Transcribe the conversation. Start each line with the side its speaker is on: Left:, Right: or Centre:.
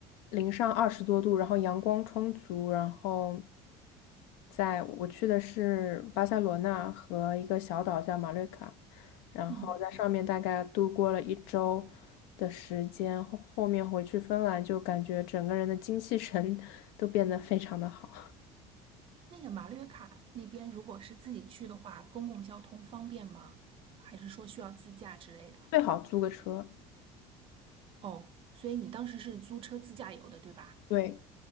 Left: 零上二十多度，然后阳光充足，然后在我去的是巴塞罗那和一个小岛叫马略卡。然后在上面大概度过了一周的时间，
Right: 嗯。
Left: 后后面回去芬兰就感觉整个人的精气神 <laughs> 都变得非常的好，
Right: 那个马略卡那边，如果是自己去的话，公共交通方便吗？还是说需要自驾之类的？
Left: <laughs> 最好租个车，
Right: 哦，所以你当时是租车自驾游的，对吧？
Left: 对，